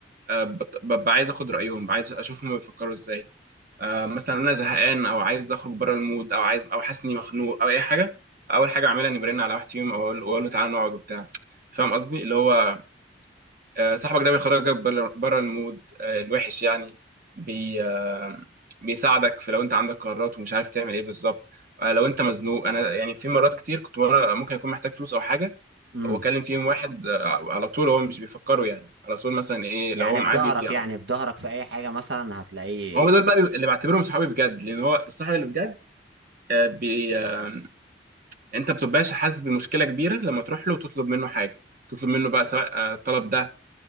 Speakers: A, on the right; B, on the right.
A: آه، بط- ببقى عايز اخد رايهم عايز اشوفهم بيفكروا ازاي آه، مثلا انا زهقان او عايز اخرج بره المود او عايز او حاسس اني مخنوق او اي حاجه اول حاجه اعملها اني برن على واحد فيهم او اقول أو أقول له تعالى نقعد وبتاع فاهم قصدي اللي هو آه، صاحبك ده بيخرجك بره المود آه، الوحش يعني بي آه، بيساعدك في لو انت عندك قرارات ومش عارف تعمل ايه بالظبط آه، لو انت مزنوق انا يعني في مرات كتير كنت مرة ممكن اكون محتاج فلوس او حاجه
B: امم
A: واكلم فيهم واحد آه، على طول هو مش بيفكروا يعني على طول مثلا ايه
B: يعني
A: لو هو معاه
B: في ظهرك
A: بيدي على
B: يعني
A: طول
B: في ظهرك في اي حاجه مثلا هتلاقيه
A: هم دول بقى اللي بعتبرهم صحابي بجد لان هو الصاحب اللي بجد آه، بي آه، انت ما بتبقاش حاسس بمشكله كبيره لما تروح له وتطلب منه حاجه تطلب منه بقى سواء آه، الطلب ده